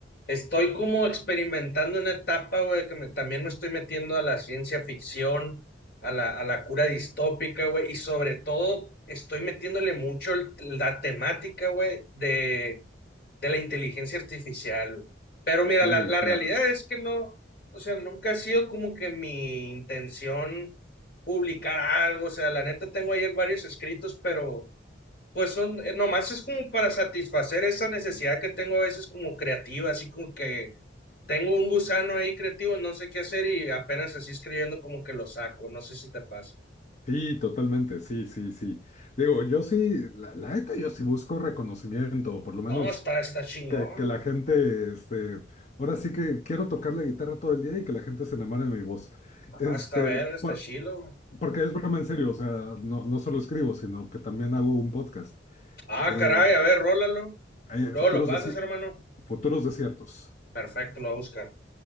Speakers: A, on the left; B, on the left.
A: estoy como experimentando una etapa, güey, que me- también me estoy metiendo a la ciencia ficción, a la, a la cura distópica, güey, y sobre todo estoy metiéndole mucho el- la temática, güey, de de la inteligencia artificial. güey. Pero mira,
B: Sí,
A: la, la
B: claro.
A: realidad es que no, o sea, nunca ha sido como que mi intención publicar algo, o sea, la neta tengo ayer varios escritos, pero pues son, eh, nomás es como para satisfacer esa necesidad que tengo a veces como creativa, así como que tengo un gusano ahí creativo, no sé qué hacer y apenas así escribiendo como que lo saco, no sé si te pasa.
B: Sí, totalmente, sí, sí, sí. Digo, yo sí, la, la neta, yo sí busco reconocimiento, por lo menos
A: No, está, está chingón,
B: que, que la
A: güey.
B: gente, este, ahora sí que quiero tocar la guitarra todo el día y que la gente se enamore de mi voz. Este,
A: Ah, está ver, está
B: por-
A: chilo, güey.
B: porque es broma en serio, o sea, no, no solo escribo, sino que también hago un podcast.
A: Ah,
B: Eh,
A: caray, a ver, rólalo.
B: hay
A: Luego
B: futuros,
A: lo pasas,
B: desi-
A: hermano.
B: futuros desiertos.
A: Perfecto, lo voy a buscar.